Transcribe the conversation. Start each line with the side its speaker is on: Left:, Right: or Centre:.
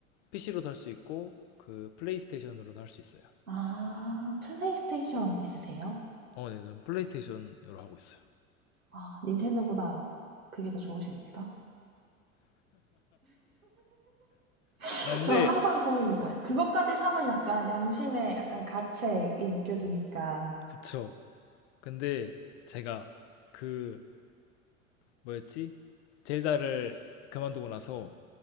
Left: PC로도 할 수 있고 그 플레이스테이션으로도 할 수 있어요.
Right: 아, 플레이스테이션 있으세요?
Left: 어, 네, 저는 플레이스테이션으로 하고 있어요.
Right: 아, 닌텐도보다 그게 더 좋으십니까? <laughs>
Left: 아, 근데
Right: 저는 항상 고민이잖아요. 그것까지 사면 약간 양심의 약간 가책이 느껴지니까.
Left: 그쵸. 근데 제가 그 뭐였지? 젤다를 그만두고 나서